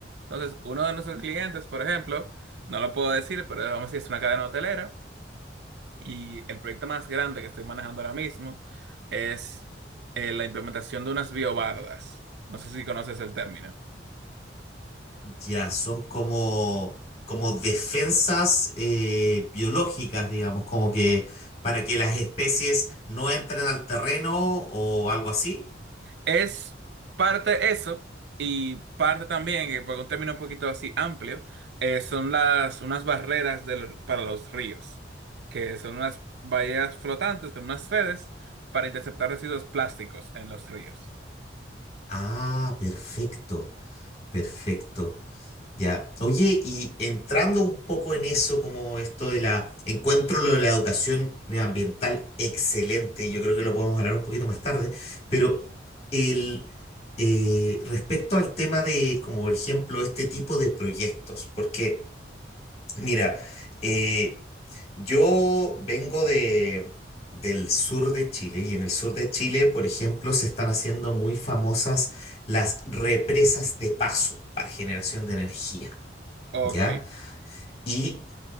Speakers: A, on the right; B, on the left.
A: Entonces, uno de nuestros clientes, por ejemplo, no lo puedo decir, pero vamos a decir, es una cadena hotelera y el proyecto más grande que estoy manejando ahora mismo es eh, la implementación de unas biobardas. No sé si conoces el término.
B: ya, son como, como defensas eh, biológicas, digamos, como que para que las especies no entren al terreno o algo así.
A: Es parte eso y parte también, que por un término un poquito así amplio, eh, son las unas barreras de los- para los ríos, que son unas vallas flotantes con unas redes para interceptar residuos plásticos en los ríos.
B: Ah, perfecto, perfecto. Ya. Oye, y entrando un poco en eso, como esto de la, encuentro lo de la educación medioambiental excelente, yo creo que lo podemos hablar un poquito más tarde, pero el, eh, respecto al tema de, como por ejemplo, este tipo de proyectos, porque, mira, eh, yo vengo de, del sur de Chile y en el sur de Chile, por ejemplo, se están haciendo muy famosas las represas de paso para generación de energía.
A: Ok,
B: ¿ya? Y,